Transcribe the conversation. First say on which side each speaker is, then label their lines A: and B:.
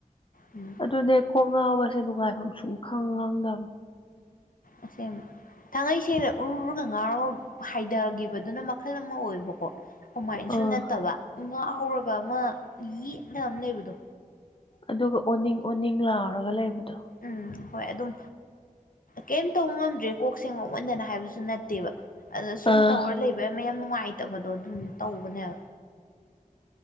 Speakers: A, on the left; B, on the left.
A: ꯎꯝ
B: ꯑꯗꯨꯅꯦ ꯀꯣꯛ ꯉꯥꯎꯕꯁꯦ ꯅꯨꯡꯉꯥꯏꯐꯝ ꯁꯨꯡ ꯈꯪ ꯈꯪꯗꯕ
A: ꯑꯁꯦꯡꯕ ꯊꯥꯡꯉꯩ ꯁꯦꯡꯅ ꯎꯔꯨꯔꯒ ꯉꯥꯎꯔꯒ ꯍꯥꯏꯊꯈꯤꯕꯗꯨꯅ ꯃꯈꯜ ꯑꯃ ꯑꯣꯏꯕꯀꯣ ꯑꯗꯨꯃꯥꯏꯅꯁꯨ
B: ꯑꯥ
A: ꯅꯠꯇꯕ ꯉꯥꯎꯔꯒ ꯑꯃ ꯌꯦꯠꯅ ꯑꯃ ꯂꯩꯕꯗꯣ
B: ꯑꯗꯨꯒ ꯑꯣꯅꯤꯡ ꯑꯣꯅꯤꯡ ꯂꯥꯎꯔꯒ ꯂꯩꯕꯗꯣ
A: ꯎꯝ ꯍꯣꯏ ꯑꯗꯨꯝ ꯀꯩꯝ ꯇꯧꯕ ꯉꯝꯗ꯭ꯔꯦ ꯀꯣꯛꯁꯦꯡ ꯉꯧꯃꯟꯗꯅ ꯍꯥꯏꯕꯁꯨ ꯅꯠꯇꯦꯕ ꯑꯗ ꯁꯨꯝ
B: ꯑꯥ
A: ꯇꯧꯔ ꯂꯩꯕ ꯃꯌꯥꯝ ꯅꯨꯡꯉꯥꯏꯇꯕꯗꯣ ꯑꯗꯨꯝ ꯇꯧꯕꯅꯦꯕ